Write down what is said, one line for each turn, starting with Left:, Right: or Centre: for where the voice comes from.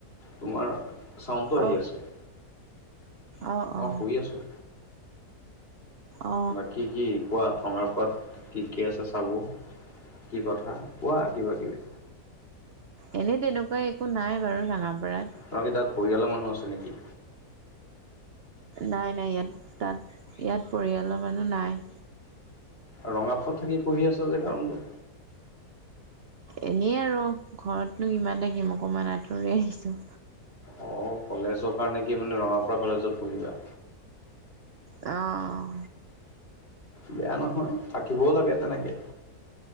Left: তোমাৰ চাউণ্ডটো আহি
Right: অ
Left: আছে
Right: অ
Left: মই
Right: অ
Left: শুই আছোঁ
Right: অ
Left: বাকী কি কোৱা টঙাৰ পাত কি কি আছে চাব কি কথা কোৱা কিবা কিবি
Right: এনেই তেনেকুৱা একো নাই বাৰু ৰাঙাপাৰাত
Left: তোমাৰ কি তাত পৰিয়ালৰ মানুহ আছে নেকি
Right: নাই নাই ইয়াত তাত ইয়াত পৰিয়ালৰ মানুহ নাই
Left: ৰঙাপাৰত থাকি পঢ়ি আছা যে কাৰণটো
Right: এনেই আৰু ঘৰতনো কিমান থাকিম অকণমান আঁতৰি আহিছোঁ
Left: অ কলেজৰ কাৰণে কি মানে ৰঙাপাৰা কলেজত পঢ়িবা
Right: অঁ
Left: বেয়া নহয় থাকিবও লাগে তেনেকে